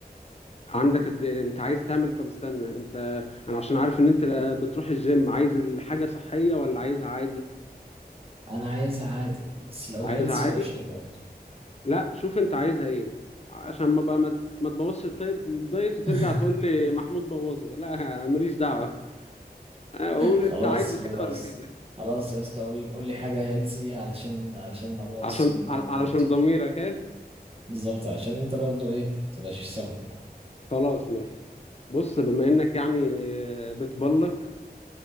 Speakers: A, on the left; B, on the right.
A: عندك قد إيه؟ انت عايز تعمل طب استنى انت انا عشان عارف ان انت بتروح الجيم عايز الحاجة صحية ولا عايزها عادي
B: انا عايزها عادي بس لو
A: عايزها
B: هيلسي
A: عادي
B: قشطه برضه
A: لا شوف انت عايزها ايه عشان ما بقى ما, ت- ما تبوظش الطي- الدايت وترجع
B: <laughs>
A: تقول لي محمود بوظه لا ماليش دعوة اقول
B: خلاص
A: انت عايزه
B: خلاص
A: كده ولا كده
B: خلاص يا اسطى قول لي قول لي حاجة هيلسي علشان علشان ما ابوظش
A: عشان
B: الدنيا
A: علشان
B: برضه
A: ضميرك ايه
B: بالظبط علشان انت برضه ايه ما تبقاش سبب
A: خلاص ماشي بص بما انك يعني بتبلك